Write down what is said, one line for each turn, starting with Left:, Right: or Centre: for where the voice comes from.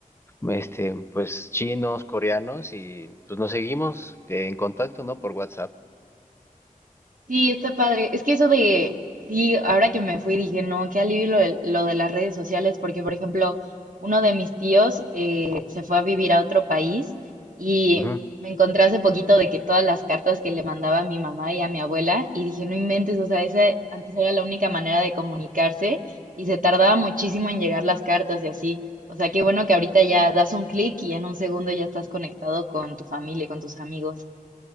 Left: este, pues chinos, coreanos y pues nos seguimos eh, en contacto, ¿no? Por WhatsApp.
Right: Sí, está padre. Es que eso de, sí, ahora que me fui dije, no, qué alivio lo de, lo de las redes sociales, porque por ejemplo, uno de mis tíos eh, se fue a vivir a otro país y
Left: Ujú.
Right: me encontré hace poquito de que todas las cartas que le mandaba a mi mamá y a mi abuela, y dije, no inventes, o sea, esa antes era la única manera de comunicarse y se tardaba muchísimo en llegar las cartas y así. O sea, qué bueno que ahorita ya das un clic y en un segundo ya estás conectado con tu familia y con tus amigos.